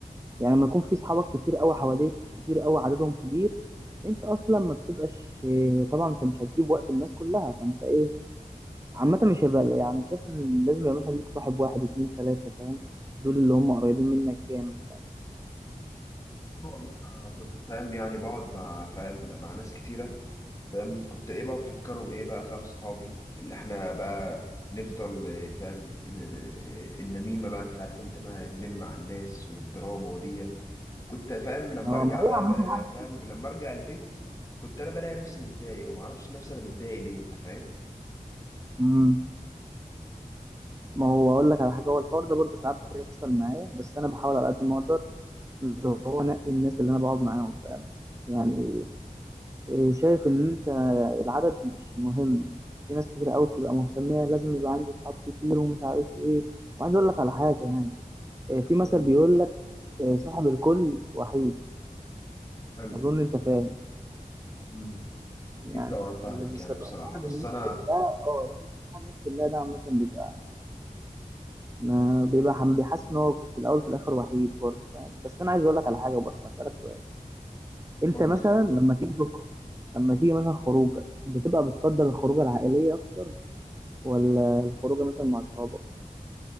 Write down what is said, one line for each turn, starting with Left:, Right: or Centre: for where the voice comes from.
Right: يعني لما يكون في صحابك كتير أوي حواليك كتير أوي عددهم كبير أنت أصلا ما بتبقاش إيه، طبعا أنت مش هتجيب وقت الناس كلها فأنت إيه عامة مش هيبقى يعني شايف إن لازم يبقى مثلا ليك صاحب واحد اتنين تلاتة فاهم دول اللي هم قريبين منك جامد فاهم
Left: صعب والله انا كنت فاهم يعني بقعد مع فاهم مع ناس كتيره فاهم كنت ايه بقى مفكرهم ايه بقى فاهم صحابي اللي احنا بقى نفضل إيه، فاهم إن- النميمه بقى انت عارف انت بقى ننم مع الناس والدراما وديت كنت فاهم لما
Right: هو
Left: ارجع
Right: ما هو
Left: بقى,
Right: عامة
Left: بقى فاهم لما ارجع البيت كنت انا بلاقي نفسي متضايق ومعرفش نفسي انا متضايق ليه انت فاهم
Right: امم ما هو اقول لك على حاجه هو الحوار ده برضه ساعات بيحصل معايا بس انا بحاول على قد ما اقدر اللي هو انقي الناس اللي انا بقعد معاهم فاهم يعني إيه، شايف ان انت العدد مش مهم يعني في ناس كتير قوي بتبقى مهتميه لازم يبقى عندي اصحاب كتير ومش عارف ايه وعايز اقول لك على حاجه يعني إيه، في مثل
Left: قول
Right: بيقول
Left: لي
Right: لك إيه، صاحب الكل وحيد
Left: حلو
Right: اظن انت فاهم
Left: امم
Right: يعني
Left: اكيد طبعا فاهمك
Right: اللي بيسبق
Left: يعني بصراحه
Right: صاحب
Left: بس
Right: الناس
Left: انا
Right: كلها اه اللي بيبقى صاحب الناس كلها ده عامه بيبقى ما بيبقى حم- بيحس ان هو في الاول في الاخر وحيد برضه فاهم بس انا عايز اقول لك على حاجه برضه هسالك سؤال انت
Left: قول
Right: مثلا
Left: لي
Right: لما تيجي تخرج لما تيجي مثلا خروجه بتبقى بتفضل الخروجه العائليه اكتر ولا الخروجه مثلا مع اصحابك